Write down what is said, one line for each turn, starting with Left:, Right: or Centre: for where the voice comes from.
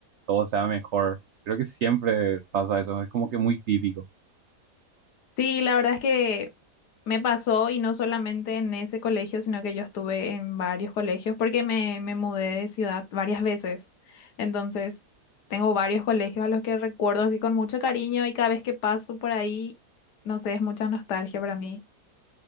Right: todo sea mejor. Creo que siempre pasa eso, es como que muy típico.
Left: Sí, la verdad es que me pasó y no solamente en ese colegio, sino que yo estuve en varios colegios porque me, me mudé de ciudad varias veces. Entonces, tengo varios colegios a los que recuerdo así con mucho cariño y cada vez que paso por ahí, no sé, es mucha nostalgia para mí.